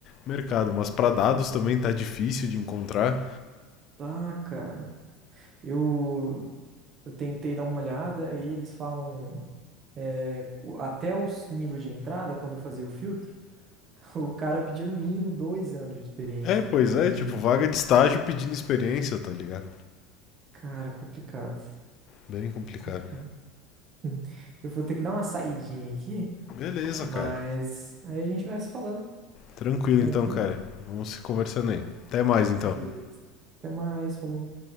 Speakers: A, on the left; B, on the right.
A: mercado. Mas pra dados também tá difícil de encontrar.
B: tá, cara. Eu Eu tentei dar uma olhada e eles falam é, o- até os nível de entrada, quando eu fazia o filtro, <laughs> o cara pedia no mínimo dois anos de experiência.
A: É, pois
B: E,
A: é, tipo, vaga de estágio pedindo experiência, tá ligado?
B: cara, complicado.
A: Bem complicado.
B: Complicado. Hum. Eu vou ter que dar uma saidinha aqui,
A: Beleza,
B: mas
A: cara.
B: aí a gente vai se falando.
A: Tranquilo
B: Tranquilo?
A: então, cara. Vamos se conversando aí. Até mais então.
B: Beleza. Até mais, falou.